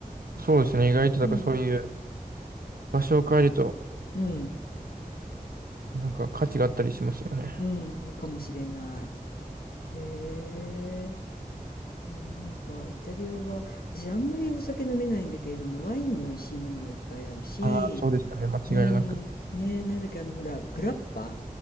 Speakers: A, on the right; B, on the left.
A: ー、そうですね。意外と、
B: うん、
A: だからそういう場所を変えると、
B: うん、
A: なんか価値があったりしますよね。
B: うん、いいかもしれない。へえ、あー、なんかイタリアは私あんまりお酒飲めないんだけれども、ワインも美味しいものがいっぱいあるし、
A: ああ、そうですよね。間違いなく。
B: うん、ねえ、なんだっけ、あの、ほら、グラッパ